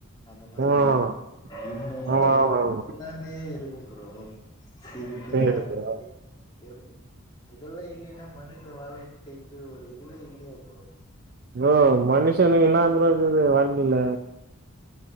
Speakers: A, on the left (about 20°); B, on the right (about 45°).
A: அந்த மாரி
B: ம்
A: ப்ரோ இன்பம்
B: ஆமா
A: துன்பம்
B: ஆமா ப்ரோ
A: எல்லாமே இருக்கு ப்ரோ <unintelligible>
B: சேரி ப்ரோ
A: எது எதுமே இல்லேன்னா மனுஷ வாழ்க்கைக்கு ஒரு இதுவே இல்லையே ப்ரோ
B: ப்ரோ மனுஷனுக்கு இன்னா ப்ரோ இருக்குது வாழ்க்கில